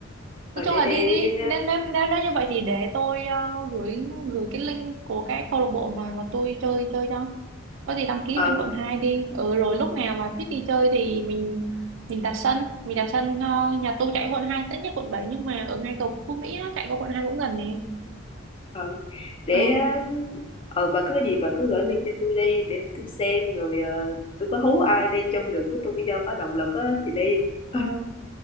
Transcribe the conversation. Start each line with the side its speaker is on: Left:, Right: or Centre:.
Right: nói
Left: ờ
Right: chung
Left: để
Right: là
Left: để
Right: đi đi nên nếu, nếu nếu như vậy thì để tôi ờ, gửi gửi cái link của cái câu lạc bộ mà mà tôi chơi chơi cho có gì đăng ký
Left: ờ
Right: lên quận 2 đi ừ rồi lúc nào mà thích đi chơi thì mình mình đặt sân mình đặt sân ờ, nhà tôi chạy quận hai tất nhiên quận 7 nhưng mà ở ngay cầu Phú Mỹ á, chạy qua quận 2 cũng gần nè
Left: ờ để
Right: ừ
Left: ờ bà cứ gì bà cứ gửi link cho tôi đi để tôi xem rồi ờ, tôi có hú ai đi chung được với tôi video có động lực á thì đi
Right: ờ,
Left: <laughs>